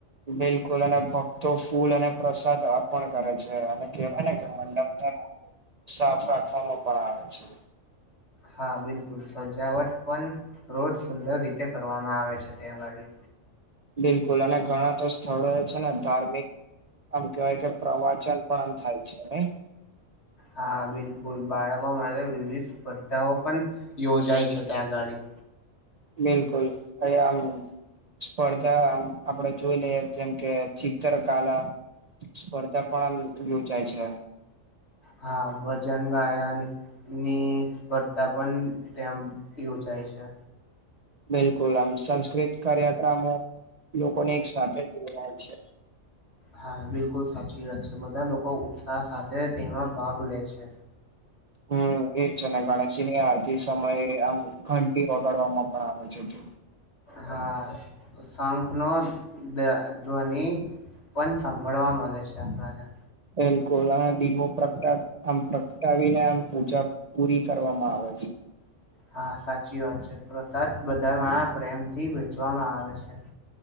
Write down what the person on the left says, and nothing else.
હા બિલકુલ સજાવટ પણ રોજ સુંદર રીતે કરવામાં આવે છે ત્યાં અગાડી.
હા બિલકુલ બાળકો માટે વિવિધ સ્પર્ધાઓ પણ યોજાય છે ત્યાં અગાડી.
હા ભજન ગાયન ની સ્પર્ધા પણ ત્યાં યોજાય છે.
હા બિલકુલ સાચી વાત છે બધા લોકો ઉત્સાહ સાથે તેમાં ભાગ લે છે.
હા શંખનો ધ્વનિ પણ સાંભળવા મળે છે, આપણને.
હા સાચી વાત છે પ્રસાદ બધામાં પ્રેમ થી વેચવામાં આવે છે.